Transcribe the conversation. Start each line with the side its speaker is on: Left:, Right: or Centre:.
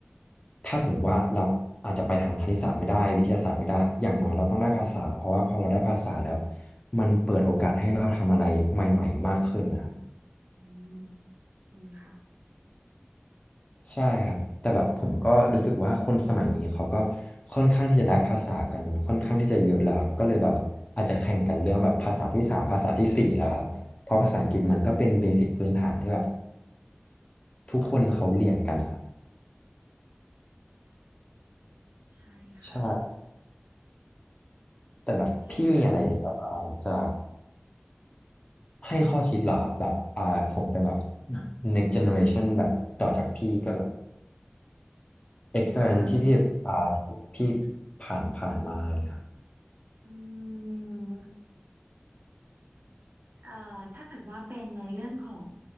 Left: ถ้าสมมติว่าเราอาจจะไปทางคณิตศาสตร์ไม่ได้วิทยาศาสตร์ไม่ได้อย่างน้อยเราต้องได้ภาษา เพราะว่าพอเราได้ภาษาแล้วมันเปิดโอกาสให้เราทำอะไรใหม่ๆมากขึ้นนะ
Right: อืมจริงค่ะ
Left: ใช่ครับแต่แบบผมก็รู้สึกว่าคนสมัยนี้เขาก็ค่อนข้างที่จะได้ภาษากันค่อนข้างที่จะเยอะแล้วครับก็เลยแบบว่าอาจจะแข่งกันเรื่องแบบภาษาที่สามภาษาที่สี่แล้วครับเพราะภาษาอังกฤษมันก็เป็นเบสิกพื้นฐานที่แบบทุกคนเขาเรียนกันนะครับ
Right: ใช่ค่ะ
Left: ใช่แต่แบบพี่มีอะไรที่แบบอ่าจะ
Right: ดีค่ะ
Left: ให้ข้อคิดเหรอครับแบบอ่าผมเป็นแบบ next generation แบบต่อจากพี่ก็แบบ experience
Right: ก็
Left: ที่พี่อ่าที่พี่ผ่านผ่านมาอะไรเงี้ยครับ
Right: อืม เอ่อถ้าเกิดว่าเป็นในเรื่องของ